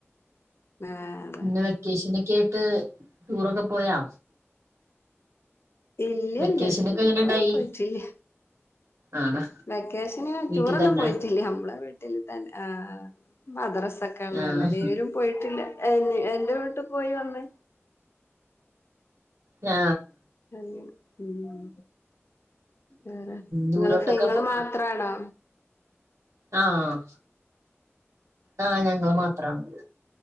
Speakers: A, on the left; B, on the right.
A: ആഹ് അതാണ്
B: പിന്നെ വെക്കേഷനൊക്കെ ആയിട്ട് ടൂറൊക്കെ പോയാ
A: ഇല്ല
B: വെക്കേഷനൊക്കെ
A: ഇല്ല ടൂറൊന്നും
B: എങ്ങനെ ഇണ്ടായി
A: പോയിട്ടില്ല
B: ആണോ
A: വെക്കേഷന്
B: വീട്ടിൽ
A: ടൂറൊന്നും
B: തന്നെ
A: പോയിട്ടില്ല നമ്മളെ ഇവ് ടെ വീട്ടിൽ തന്നെ. ആഹ് മദ്രസൊക്കെ ഉള്ളല്ലേ
B: ആഹ്
A: അല്ലേലും പോയിട്ടില്ല എ എന്റെ വീട്ട് പോയി വന്ന്.
B: ഞാ
A: അങ്ങനെ മം വേറെ,
B: ദൂരോട്ടൊക്കെ
A: നിങ്ങള് ഇങ്ങള്
B: പോ
A: മാത്രാണോ?
B: ആഹ് ആഹ് ഞങ്ങൾ മാത്രമാണ്.